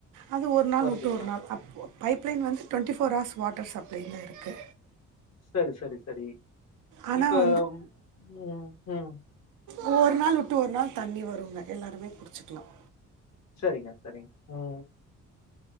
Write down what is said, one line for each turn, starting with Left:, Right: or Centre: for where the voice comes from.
Right: அது ஒரு நாள்
Left: வருதுங்களா
Right: வுட்டு ஒரு நாள் அப் பைப்லைன் வந்து twenty four hours water supply தான் இருக்கு
Left: சரி சரி சரி
Right: ஆனால்
Left: இப்ப ம் ம்
Right: ஒவ்வொரு நாள் விட்டு ஒரு நாள் தண்ணி வருங்க எல்லாருமே புடுச்சிக்கலாம்
Left: சரிங்க சரிங்க ம்